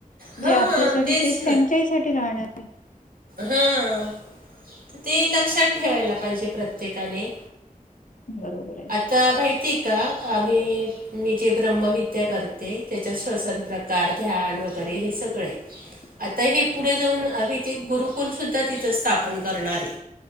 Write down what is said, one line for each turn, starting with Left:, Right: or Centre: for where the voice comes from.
Right: हां
Left: जे आपल्यासाठी,
Right: तेच
Left: तेस त्यांच्याही साठी राहणार ये.
Right: हं, ते लक्षात ठेवायला पाहिजे, प्रत्येकाने.
Left: बरोबर ये.
Right: त माहिती का? आम्ही मी जे ब्रह्मविद्या करते, त्याच्या श्वसन प्रकार, ध्यान वगैरे हे सगळय.
Left: <inaudible>
Right: आता हे पुढे जाऊन, आम्ही ते गुरुकुल सुद्धा तिथ स्थापन करणार ये.